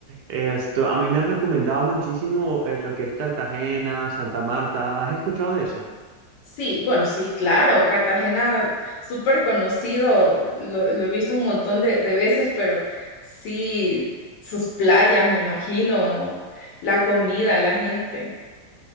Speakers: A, on the right; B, on the left.
A: esto, a mí me han recomendado muchísimo eh, lo que es Cartagena, Santa Marta. ¿Has escuchado de eso?
B: Sí, bueno, sí, claro, Cartagena, súper conocido, lo, lo he visto un montón de, de veces, pero sí, sus playas, me imagino, la comida, la gente.